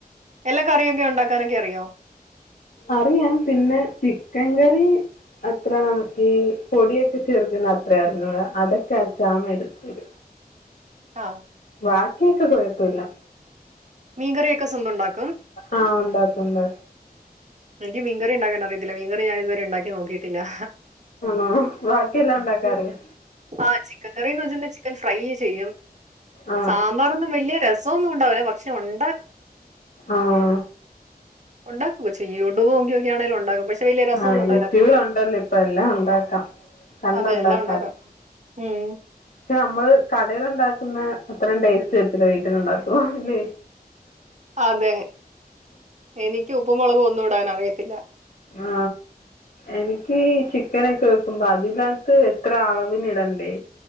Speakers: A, on the right; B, on the left.
A: എല്ലാ കറിയൊക്കെ ഉണ്ടാക്കാനങ്കി അറിയോ
B: അറിയാം പിന്നെ ചിക്കൻ കറി അത്രണം ഈ പൊടിയൊക്കെ ചേർക്ക്ന്ന അത്ര അർഞ്ഞുടാ അതൊക്കെ അച്ചാമ എട്ത്തെരും
A: ആ
B: ബാക്കിക്കെ കൊഴ്പ്പോല്ലാ
A: മീൻ കറിക്കെ സ്വന്ത ഉണ്ടാക്കും
B: ആ ഉണ്ടാക്കും ഉണ്ടാ
A: എനിക്ക് മീൻകറി ഉണ്ടാക്കാൻ അറിയത്തില്ല മീങ്കറി ഞാൻ ഇതവരെ ഉണ്ടാക്കി നോക്കിട്ടില്ലാ
B: ആണോ ബാക്കിയെല്ലാം ഉണ്ടാക്കാറിയോ
A: ആ ചിക്കൻ കറിന്ന് വെച്ചിണ്ട് ചിക്കൻ ഫ്രൈ ചെയ്യും
B: ആ
A: സാമ്പാറൊന്നും വല്ല്യ രസൊന്നും ഉണ്ടാവുലാ പക്ഷെ ഉണ്ടാക്കും
B: ആഹ്
A: ഉണ്ടാക്കൂ ചെയ്യൂട്യൂബ് നോക്കിയൊക്കാണെലും ഉണ്ടാക്കും പക്ഷെ വല്ല്യ രസം
B: ആഹ്
A: ഒന്നും ഉണ്ടാവല്ലാ
B: യൂട്യൂബിൽ
A: പിന്നെ
B: ഉണ്ടല്ലോ ഇപ്പൊ എല്ലാം ഉണ്ടാക്കാം കണ്ടുണ്ടാക്കാലോ
A: അതെ എല്ലാം ഉണ്ടാക്കാം ഉം
B: പക്ഷെ നമ്മള് കടെല്ണ്ടാ ക്ക്ന്നാ അത്രം ടേസ്റ്റ് വര്ത്തില്ലാ വീട്ടിലുണ്ടാക്കു ല്ലേ
A: അതെ എനിക്ക് ഉപ്പു മുളകും ഒന്നും ഇടാനറിയത്തില്ലാ
B: ആ എനിക്ക് ചിക്കനൊക്കെ വെക്ക്മ്പോ അതിലാ ത്ത് എത്ര അളവിന് ഇടണ്ടേ